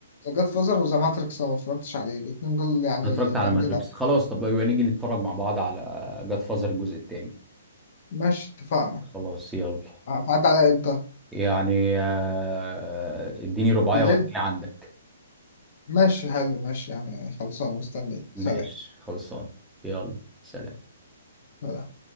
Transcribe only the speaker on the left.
ذا جاد فازر وذا ماتريكس انا ما اتفرجتش عليه الاثنين دول يعني
جامدين
قوي
ماشي اتفقنا
هتعدي عليا امتى؟
بالليل.
ماشي حلو ماشي يعني خلصانة مستنيك
سلام
سلام